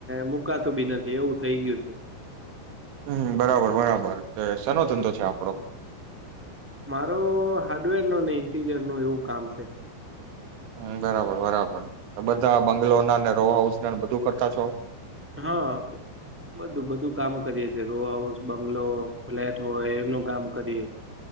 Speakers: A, in the centre; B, on the right.
A: મુકાતું બી નથી એવું થઈ ગયું છે.
B: હમ બરાબર બરાબર સનો ધંધો છે આપડો
A: મારો હાર્ડવેર નો ને ઇન્ટીરિયર નું એવું કામ છે.
B: હમ્મ બરાબર બરાબર બધા બંગ્લોર નાને રો હાઉસ ના બધું કરતા છો
A: હા. બધું બધું કામ કરીએ છે રો હાઉસ બંગલો ફ્લેટ હોય એમનું કામ કરીએ